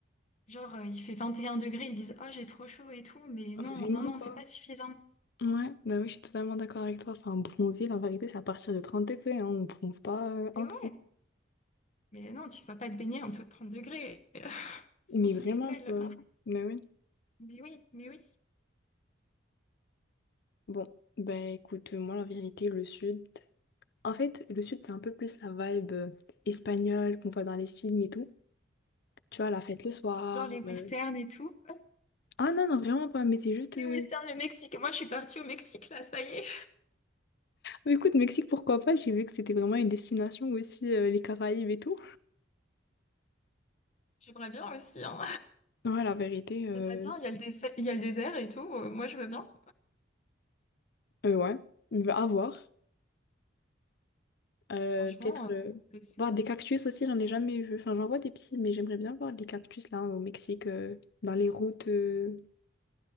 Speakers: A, on the left; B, on the left.
A: Genre, euh, il fait 21 degrés, ils disent, oh, j'ai trop chaud et tout, mais
B: Vraiment
A: non, non, non,
B: pas.
A: c'est pas suffisant.
B: Ouais, bah oui, je suis totalement d'accord avec toi. Enfin, bronzer, la vérité, c'est à partir de 30 degrés, hein, on bronze pas euh,
A: Mais
B: en
A: ouais,
B: dessous.
A: mais non, tu vas pas te baigner en dessous de 30 degrés, <laughs> sinon
B: Mais
A: tu
B: vraiment
A: te les pèles.
B: pas. Mais oui.
A: Mais oui, mais oui.
B: Bon, ben écoute, moi la vérité, le sud. En fait, le sud, c'est un peu plus la vibe euh, espagnole qu'on voit dans les films et tout. Tu vois, la fête le soir.
A: Genre les westerns
B: le-
A: et tout.
B: Ah non, non, vraiment pas. Mais c'est juste.
A: Les
B: euh,
A: westerns, le Mexique. Moi, je suis partie au Mexique, là, ça y est.
B: Mais écoute, Mexique, pourquoi pas? J'ai vu que c'était vraiment une destination aussi, euh, les Caraïbes et tout.
A: J'aimerais bien aussi, hein.
B: Ouais, la vérité, euh,
A: J'aimerais bien, il y a le désert, il y a le désert et tout. euh, Moi, je veux bien.
B: euh, ouais. Bah, à voir. Euh,
A: Franchement,
B: peut-être euh,
A: euh, c'est-
B: voir des cactus aussi, j'en ai jamais vu. Enfin, j'en vois des petits, mais j'aimerais bien voir des cactus là au Mexique, euh, dans les routes. euh,